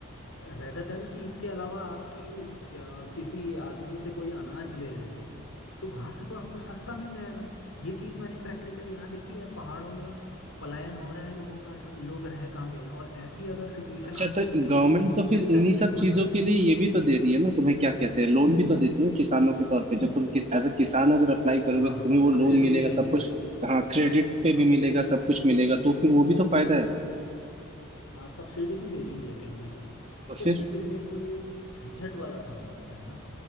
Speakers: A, on the left (about 80°); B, on the right (about 35°).
A: रेदर देन कि इसके अलावा आपकी जा- किसी आदमी से कोई अनाज ले रहे हो तो वहां से तो आपको सस्ता मिल जाएगा ये चीज मैंने प्रैक्टिकली यहाँ देखी है पहाड़ों में पलायन हो रहा है लोगों का र- लोग रह कहाँ गए हैं और ऐसी अगर सिचुएशन
B: अच्छा
A: आती
B: तो
A: भी है
B: गवर्नमेंट
A: ये लॉकडाउन
B: तो फिर
A: के टाइम
B: इन्हीं
A: पे
B: सब
A: हुआ
B: चीजों
A: था
B: के लिए ये भी तो दे रही है ना तुम्हें क्या कहते हैं लोन भी तो देती है ना किसानों के तौर पे जब तुम किस एज अ किसान अगर अप्लाई करोगे
A: हाँ
B: तो तुम्हें वो
A: सब्सिडी
B: लोन मिलेगा
A: भी दे रही
B: सब कुछ
A: है
B: हाँ क्रेडिट पे
A: सब
B: भी मिलेगा सब कुछ मिलेगा तो फिर वो भी तो फायदा है
A: हाँ सब्सिडी भी दे रही है कहीं ना कहीं
B: तो फिर
A: तो लेकिन मेरे को ये झंझट वाला काम लगता है ना